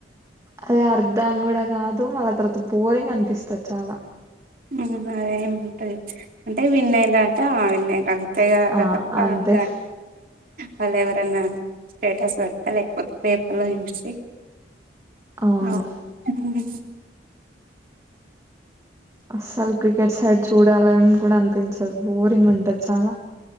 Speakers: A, on the right; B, on the right.
A: అది అర్ధం కూడా కాదు మళ్ళ తర్వాత బోరింగ్ అనిపిస్తది చాలా
B: మ్మ్ హ్హ్ అదే ఉంటాంది అంటే విన్నాయరంట ఆ విన్నయింరంట
A: ఆ
B: కొత్తగా పాత
A: అంతే
B: వాళ్ళ ఎవరన్నా స్టేటస్ పెడతా లేకపోతే పేపర్లో చూసి
A: అవును
B: అఓ మ్మ్ హ్హ్
A: అస్సలు క్రికెట్ సైడ్ చూడాలని కూడా అనిపించదు బోరింగ్ ఉంటది చాలా